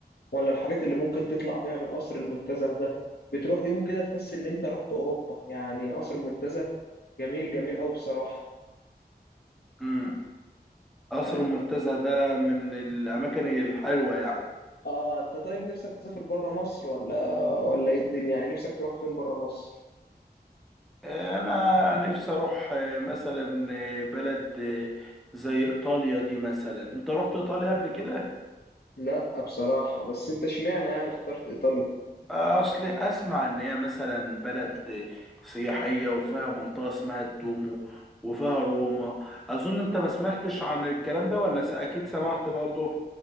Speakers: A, on the left; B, in the centre.
A: ولا الحاجات اللي ممكن تطلع بيها من قصر المنتزه ده بتروح يوم كده تحس ان انت رحت اوروبا يعني قصر المنتزه جميل جميل قوي بصراحه
B: مم. قصر
A: اه
B: المنتزه ده من الاماكن الحلوه يعني
A: آه، انت طيب نفسك تسافر بره مصر ولا ولا ايه الدنيا يعني نفسك تروح فين بره مصر
B: انا نفسي اروح آه، مثلا آه، بلد آه، زي ايطاليا دي مثلا انت رحت ايطاليا قبل كده
A: لا بصراحه بس انت اشمعنى يعني اخترت ايطاليا
B: اصل اسمع ان هي مثلا بلد سياحيه وفيها منطقه اسمها الدومو وفيها روما اظن انت ما سمعتش عن الكلام ده ولا س- اكيد سمعت برضه